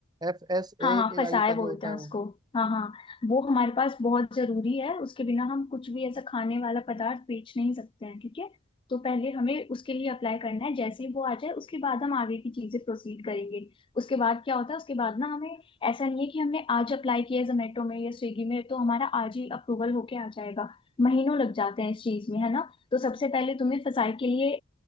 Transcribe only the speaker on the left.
हाँ
हाँ फसाए
बोलते
हैं
उसको
हाँ हाँ वो हमारे पास बहुत जरूरी है उसके बिना हम कुछ भी ऐसा खाने वाला पदार्थ बेच नहीं सकते हैं ठीक है तो पहले हमें उसके लिए अप्लाई करना है जैसे ही वो आ जाए उसके बाद हम आगे की चीजें प्रोसीड करेंगे उसके बाद क्या होता है उसके बाद ना हमें ऐसा नहीं है कि हमने आज अप्लाई किया जोमेटो में या स्विगी में तो हमारा आज ही अप्रूवल होके आ जाएगा महीनों लग जाते हैं इस चीज में है ना तो सबसे पहले तुम्हें फसाई के लिए